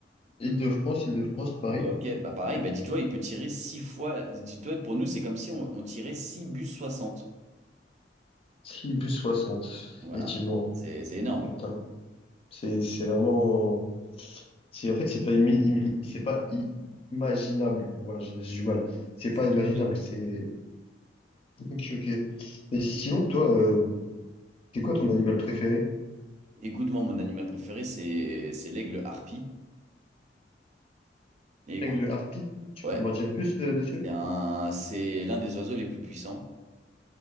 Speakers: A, on the left; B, on the right.
A: Île-de-France, Île-de-France, Paris.
B: Ah bah ok, bah pareil, bah dis-toi, il peut tirer six fois. Dis-toi, pour nous, c'est comme si on, on tirait 6 bus 60.
A: six bus soixante
B: Voilà,
A: Effectivement.
B: c'est c'est énorme.
A: Putain. C'est, c'est vraiment. C'est, en fait, c'est pas, imi- imi- c'est pas i- imaginable. Voilà, j'ai j'ai du mal. C'est
B: C'est
A: pas imaginable.
B: inhumain.
A: C'est Ok, ok. Et sinon, toi, euh, c'est quoi ton animal préféré?
B: Écoute, moi, mon animal préféré, c'est c'est l'aigle harpie. Et écoute,
A: Aigle, harpie? Tu
B: ouais,
A: peux m'en dire plus euh, dessus?
B: c'est un, c'est l'un des oiseaux les plus puissants.